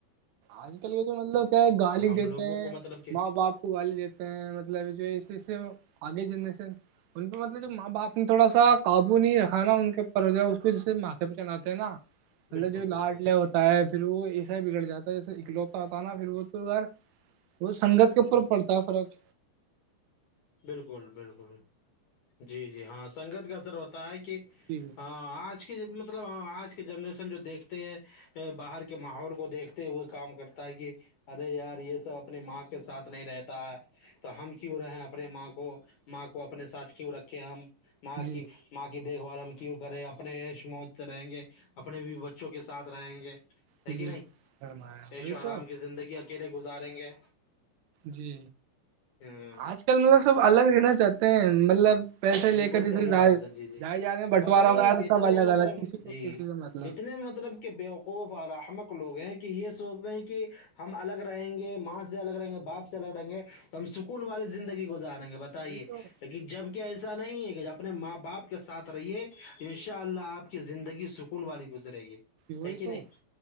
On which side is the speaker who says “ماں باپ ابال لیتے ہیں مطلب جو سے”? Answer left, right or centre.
Right